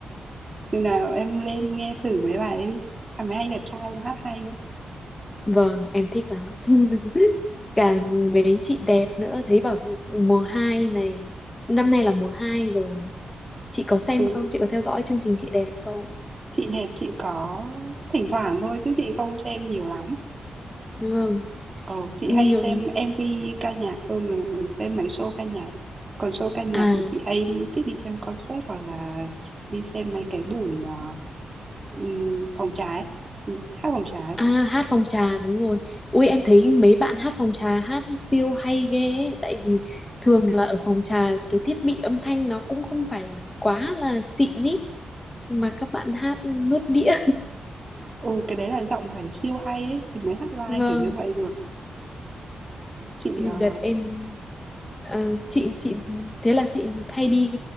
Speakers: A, on the right; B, on the left.
A: chừng nào em lên nghe thử mấy bài đấy đi. À, mấy anh đẹp trai hát hay nữa.
B: vâng em thích lắm <laughs> cả mấy chị đẹp nữa thấy bảo mùa 2 này năm nay là mùa 2 rồi chị có xem
A: Ừ.
B: không chị có theo dõi chương trình chị đẹp không
A: Chị đẹp chị có thỉnh thoảng thôi chứ chị không xem nhiều lắm.
B: vâng
A: Ờ, chị
B: nhưng
A: hay xem MV ca nhạc hơn là xem mấy show ca nhạc. Còn show ca nhạc
B: à
A: thì chị hay đi thích đi xem concert hoặc là đi xem mấy cái buổi ờ, ừm, phòng trái, Ừ, hát phòng trái.
B: à hát phòng trà đúng rồi ui em thấy mấy bạn hát phòng trà hát siêu hay ghê ấy, tại vì thường là ở phòng trà cái thiết bị âm thanh nó cũng không phải quá là xịn ý mà các bạn hát nuốt đĩa
A: Ừ, cái đấy là giọng phải siêu hay ấy thì mới hát live
B: <laughs> vâng
A: kiểu như vậy được. Chị ờ,
B: đợt em Ờ, chị chị thế là chị hay đi